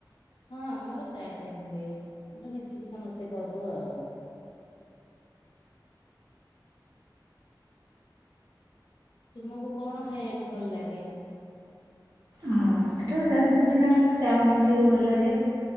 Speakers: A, on the left; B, on the right.
A: ହଁ ମୋର ପ୍ରାୟ ଟାଇମ୍ ହୁଏ ଗୋଟେସମିଶିକି ସମସ୍ତେ କରୁ ଆଉ। ତୁମକୁ କଣ ଖାଇବାକୁ ଭଲ ଲାଗେ?
B: ମତେ ତ ସେମିତି କିଛି ନାଇଁ ଖାଲି ଚାଓମିନ ଟିକେ ଭଲ ଲାଗେ।